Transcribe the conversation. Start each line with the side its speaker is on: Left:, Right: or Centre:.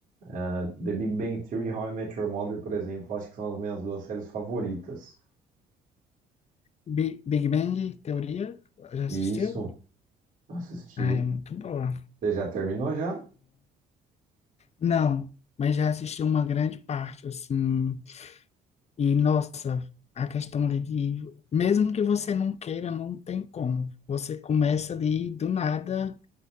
Right: é, The Big Bang Theory e How I Met Your Mother, por exemplo, acho que são as minhas duas séries favoritas.
Left: Bi- Big Bang Teoria? Já
Right: E
Left: assistiu?
Right: isso, assisti.
Left: Ah, é muito boa.
Right: Você já terminou já?
Left: Não, mas já assisti uma grande parte, assim. E, nossa, a questão ali de. Mesmo que você não queira, não tem como. Você começa ali do nada